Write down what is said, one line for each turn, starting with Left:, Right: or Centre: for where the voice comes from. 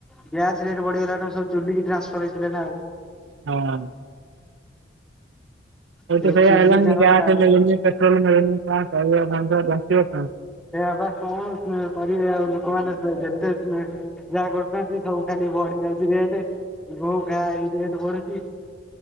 Centre: ଗ୍ୟାସ୍ ରେଟ୍ ବଢ଼ିଗଲା ତମେ ସବୁ ଚୁଲିକି ଟ୍ରାନ୍ସଫର ହେଇଥିଲା ନାଁ ଆଉ।
Right: ହଁ। ଓଉ
Centre: ସେଇ
Right: ତ ସେଇଆ
Centre: ଚୁଲି
Right: ହେଲାଣି
Centre: ତାଙ୍କର
Right: ଗ୍ୟାସ୍
Centre: ସା
Right: ମିଳୁନି ପେଟ୍ରାଲ୍ ମିଳୁନି କଣ କରିବ ମଣିଷ ବଞ୍ଚବ କଣ?
Centre: ସେଆ ପା କଣ କରିବେ ଆଉ ଲୋକମାନେ ଯେତେ ଯାହା କରୁନ୍ତିଛନ୍ତି ସବୁ ଖାଲି ବଢି ଯାଉଛି ରେଟ ଘୋ ଘା ହେଇ ରେଟ ବଢୁଛି।